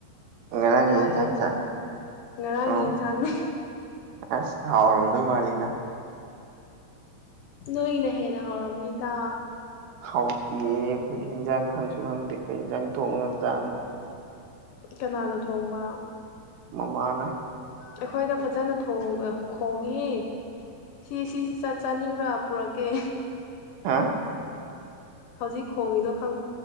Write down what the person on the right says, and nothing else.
ꯉꯔꯥꯡꯒꯤ
ꯏꯟꯖꯥꯡ
ꯆꯥ
ꯑꯣ
ꯑꯁ ꯍꯥꯎꯔꯝꯗꯣꯏ ꯃꯥꯜꯂꯤꯗ
ꯍꯥꯎꯇꯤꯌꯦ ꯑꯩꯈꯣꯏꯗꯤ ꯏꯟꯖꯥꯡ ꯈꯪꯁꯨ ꯈꯪꯗꯦ ꯀꯩ ꯌꯦꯟꯖꯥꯡ ꯊꯣꯡꯉꯖꯥꯠꯅꯣ
ꯃꯃꯥꯅ
ꯍꯥ